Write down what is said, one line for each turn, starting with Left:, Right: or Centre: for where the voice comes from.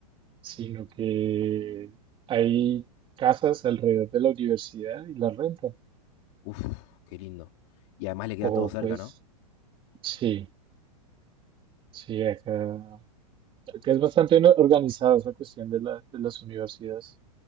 Right: sino que hay casas alrededor de la universidad y la rentan.
Left: Uf, qué lindo. Y además le queda
Right: O
Left: todo cerca,
Right: pues
Left: ¿no?
Right: sí, sí, acá, acá es bastante no- organizada esa cuestión de la- de las universidades.